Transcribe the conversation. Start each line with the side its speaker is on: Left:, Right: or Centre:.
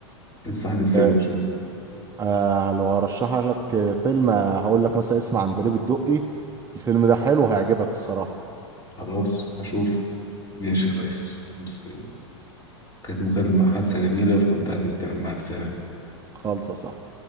Left: انصحني بفيلم
Right: آه
Left: شوف
Right: آه لو هرشح لك آه، فيلم آه، هقول لك مثلا اسمع عندليب الدقي الفيلم ده حلو هيعجبك الصراحة
Left: خلاص اشوف ماشي يا ريس بس كانت مكالمة حادثة جميلة واستمتعت بالكلام معاك سلام
Right: خالصة صح